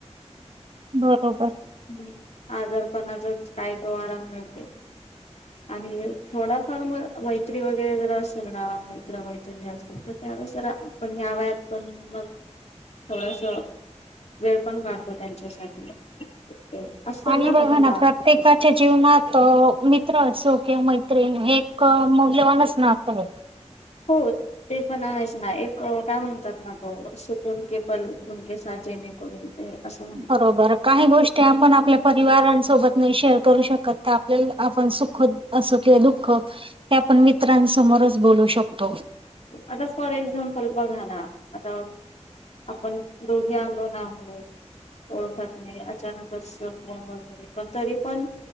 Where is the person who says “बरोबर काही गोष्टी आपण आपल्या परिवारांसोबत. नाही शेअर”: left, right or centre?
Right